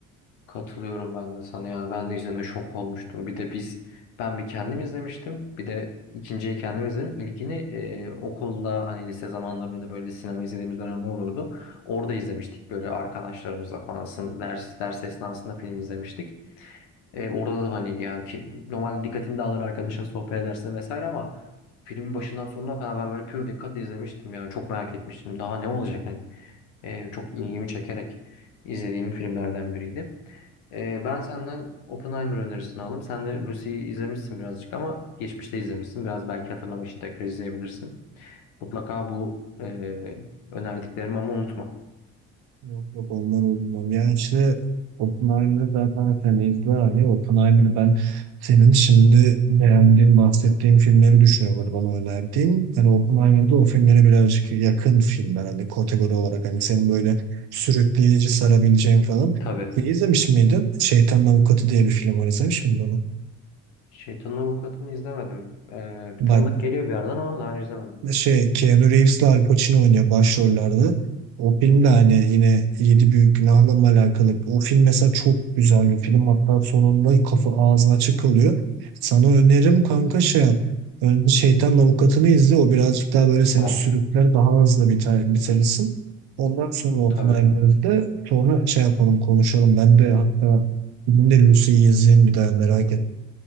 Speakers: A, on the left; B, on the right.
A: Katılıyorum ben de sana ya. Ben de izlediğimde şok olmuştum. Bir de biz ben bir kendim izlemiştim. Bir de ikinciyi kendim izledim. İlkini e, okulda hani lise zamanlarında böyle sinema izlediğimiz dönemler olurdu. Orada izlemiştik böyle arkadaşlarımızla falan. Sın- Ders, ders esnasında film izlemiştik. E, orada da hani yani ki, normal dikkatini de arkadaşın sohbet edersin vesaire ama filmin başından sonuna kadar ben böyle pür dikkat izlemiştim yani çok merak etmiştim daha ne olacak hani E, çok ilgimi çekerek izlediğim filmlerden biriydi. E, ben senden Oppenheimer önerisini aldım. Sen de Lucy'yi izlemişsin birazcık ama geçmişte izlemişsin. Biraz belki hatırlamak için tekrar izleyebilirsin. Mutlaka bu e, önerdiklerimi ama unutma.
B: Yok yok onlar olmam. Yani işte Oppenheimer'ı zaten sen izle hani Oppenheimer'ı ben senin şimdi beğendiğin, bahsettiğin filmleri düşünüyorlar bana önerdiğin. Hani Oppenheimer'da o filmlere birazcık yakın filmler hani kategori olarak hani senin böyle sürükleyici sarabileceğin falan.
A: Tabii.
B: E, izlemiş miydin? Şeytanın Avukatı diye bir film var izlemiş miydin onu?
A: Şeytanın Avukatı'nı izlemedim. E,
B: Bak
A: bir tanıdık geliyor bir yerden ama daha önce izlemedim.
B: şey Keanu Reeves'le Al Pacino oynuyor başrollerde. O film de hani yine Yedi Büyük Günah'la mı alakalı. O film mesela çok güzel bir film. Hatta sonunda kafa ağzı açık kalıyor. Sana önerim kanka şey yap. Önce Şeytan Avukatı'nı izle. O birazcık daha böyle seni
A: Tamam.
B: sürükler. Daha hızlı biter, bitirirsin. Ondan sonra Oppenheimer'ı
A: Tabii.
B: izle. Sonra şey yapalım konuşalım. Ben de hatta bugün de Lucy'yi izleyeyim bir daha merak etme.